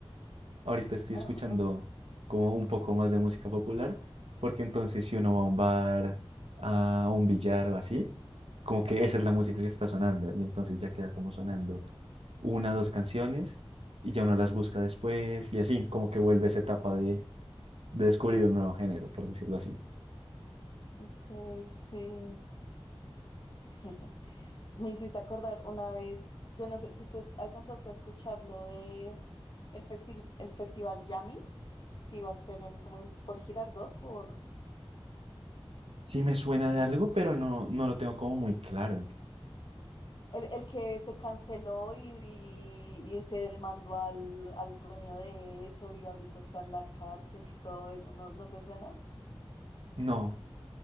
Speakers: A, on the right; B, on the left.
A: ahorita estoy
B: Ajá,
A: escuchando como un poco más de música popular, porque entonces si uno va a un bar, a un billar o así, como que esa es la música que está sonando y entonces ya queda como sonando una dos canciones y ya uno las busca después y así, como que vuelve esa etapa de, de descubrir un nuevo género, por decirlo así.
B: ok, sí. <laughs> Me hiciste acordar una vez, yo no sé si tú es- alcanzaste a escuchar lo de el, festi- el festival Jamming que iba a ser en, como en- por Girardot, por,
A: Sí me suena de algo, pero no, no lo tengo como muy claro.
B: El, el que se canceló y, y- y se demandó al, al dueño de eso y ahorita está en la cárcel y todo eso, ¿no, no te suena?
A: No,